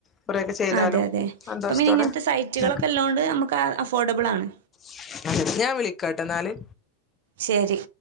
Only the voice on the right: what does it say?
അ, അതെ, അതെ,
ഇപ്പം ഇനി ഇങ്ങൻ ത്തെ സൈറ്റുകളൊക്കെ
ഇല്ലോണ്ട് നമുക്ക് അഫോഡബിള് ആണ്.
ശരി